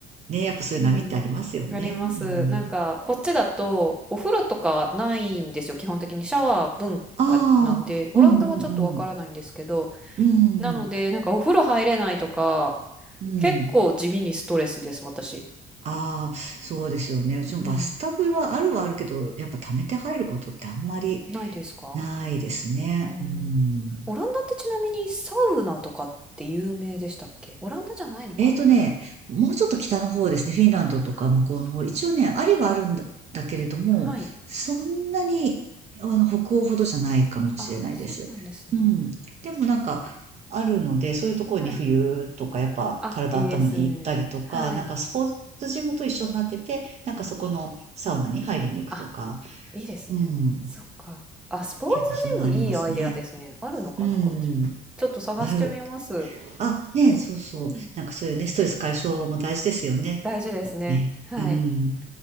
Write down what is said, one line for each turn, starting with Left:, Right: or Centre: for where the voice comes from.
Right: ね、やっぱそういう波ってありますよね。
Centre: うん。あります。
Right: うん。
Centre: なんか、こっちだと、お風呂とかないんですよ。基本的にシャワー文化なんで、
Right: あ
Centre: オランダはちょっとわからないんですけど、
Right: あ、うんうんうん。うん。
Centre: なので、なんかお風呂入れないとか、
Right: うん。
Centre: 結構地味にストレスです、私。
Right: ああ、そうですよね。うちもバスタブはあるはあるけど、
Centre: うん。
Right: やっぱ溜めて入ることってあんまり
Centre: ないですか
Right: ないですね。
Centre: あー
Right: うん。
Centre: オランダってちなみにサウナとかって有名でしたっけオランダじゃないのか、
Right: えーとね、
Centre: あれは。
Right: もうちょっと北の方ですね。フィンランドとか向こうの方。
Centre: ああ、そっかそっか。
Right: 一応ね、ありはあるんだ、だけれども、
Centre: はい。
Right: そんなに、あの、北欧ほどじゃないかもしれないです。
Centre: ああ、そうなんですね。
Right: うん。でもなんか、
Centre: そっか。
Right: あるので、そういうところに冬とか、
Centre: はい。
Right: やっぱ体温めに行ったりとか、
Centre: あ、いいですね。はい。
Right: なんかスポーツジムと一緒になってて、なんかそこのサウナに入りに行くとか、
Centre: あ、いいですね。
Right: うん。
Centre: そっか。あ、スポーツジムいいアイデアですね。
Right: 結構そういうのありますね。
Centre: あるのかな、
Right: うん。
Centre: こっちも。ちょっと探してみます。
Right: ある、あ、ねえ、そうそう。
Centre: うん。
Right: なんかそういうね、ストレス解消も大事ですよね。
Centre: 大事ですね。
Right: ね。
Centre: はい。
Right: うん。